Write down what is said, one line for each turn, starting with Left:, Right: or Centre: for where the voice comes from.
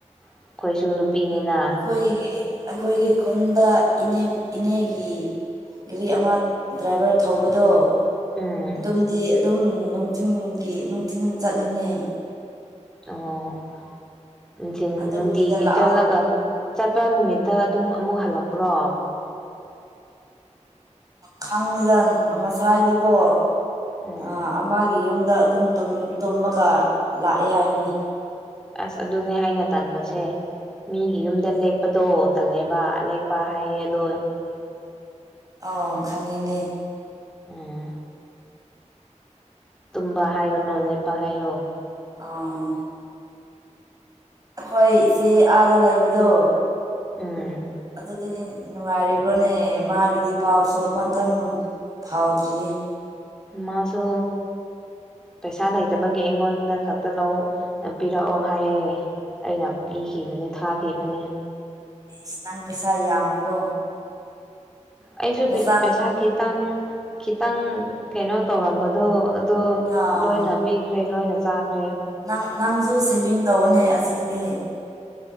Centre: ꯑꯩꯈꯣꯏꯁꯨ ꯅꯨꯄꯤꯅꯤꯅ
Right: ꯑꯩꯈꯣꯏꯒꯤ ꯑꯩꯈꯣꯏꯒꯤ ꯈꯨꯟꯗꯅꯦ ꯏꯅꯦꯒꯤ ꯒꯥꯔꯤ ꯑꯃ ꯗ꯭ꯔꯥꯏꯚꯔ ꯊꯧꯕꯗꯣ
Centre: ꯎꯝ
Right: ꯑꯗꯨꯝꯗꯤ ꯑꯗꯨꯝ ꯅꯨꯡꯊꯤꯡꯒꯤ ꯅꯨꯡꯊꯤꯟ ꯆꯠꯂꯤꯅꯦ
Centre: ꯑꯣ ꯅꯨꯪꯊꯤꯟ
Right: ꯑꯗꯨꯒꯤꯗ
Centre: ꯅꯨꯡꯇꯤ ꯀ
Right: ꯂꯥꯛꯑꯣ
Centre: ꯆꯜꯂꯒ ꯆꯠ ꯏꯨꯄꯥ ꯅꯨꯃꯤꯠꯇ ꯑꯗꯨꯝ ꯑꯃꯨꯛ ꯍꯜꯂꯛꯄ꯭ꯔꯣ
Right: ꯈꯥꯡꯉꯗꯟ ꯉꯁꯥꯏ ꯍꯥꯏꯗꯤꯀꯣ
Centre: ꯎꯝ
Right: ꯑ ꯑꯃꯒꯤ ꯌꯨꯝ ꯗ ꯑꯗꯨꯝ ꯇꯨꯝꯕꯒ ꯂꯥꯛꯑꯦ ꯍꯥꯏꯅꯤ
Centre: ꯑꯁ ꯑꯗꯨꯅꯦ ꯑꯩꯅ ꯇꯟꯥꯟꯕꯁꯦ ꯃꯤꯒꯤ ꯌꯨꯝꯗ ꯂꯦꯛꯄꯗꯣ ꯇꯜꯂꯦꯕ ꯂꯦꯛꯄ ꯍꯥꯏꯌꯦ ꯑꯗꯣ
Right: ꯑꯣ ꯈꯪꯉꯤ
Centre: ꯎꯝ ꯇꯨꯝꯕ ꯍꯥꯏꯒꯅꯨ ꯂꯦꯞꯄ ꯍꯥꯏꯌꯣ
Right: ꯑ ꯍꯣꯏ ꯏꯆꯦ ꯑꯥꯗ ꯂꯩꯕꯗꯣ
Centre: ꯎꯝ
Right: ꯑꯗꯨꯗꯤ ꯅꯨꯡꯉꯥꯏꯔꯤꯕ꯭ꯔꯣꯅꯦ ꯃꯥꯒꯤꯗꯤ ꯄꯥꯎꯁꯨ ꯑꯃꯇꯪ ꯐꯥꯎꯗ꯭ꯔꯤꯌꯦ
Centre: ꯃꯥꯁꯨ ꯄꯩꯁꯥ ꯂꯩꯇꯕꯒꯤ ꯑꯩꯉꯣꯟꯗ ꯈꯛꯇ ꯂꯧ ꯄꯤꯔꯛꯑꯣ ꯍꯥꯏꯌꯦ ꯑꯩꯅ ꯄꯤꯈꯤꯕꯅꯤ ꯊꯥꯈꯤꯕꯅꯤ
Right: ꯁ ꯅꯪ ꯄꯩꯁꯥ ꯌꯥꯝꯃꯤꯀꯣ
Centre: ꯑꯩꯁꯨ
Right: ꯅꯆꯥꯟ
Centre: ꯄꯩꯁꯥ ꯈꯤꯇꯪ ꯈꯤꯇꯪ ꯀꯩꯅꯣ ꯇꯧꯔꯝꯕꯗꯣ ꯑꯗꯨ
Right: ꯑꯥ
Centre: ꯂꯣꯏꯅ ꯄꯤꯈ꯭ꯔꯦ ꯂꯣꯏꯅ ꯆꯥꯈ꯭ꯔꯦ
Right: ꯅꯪ ꯅꯪꯁꯨ ꯁꯦꯚꯤꯡ ꯇꯧꯧꯕꯅꯦ ꯑꯁꯤꯗꯤ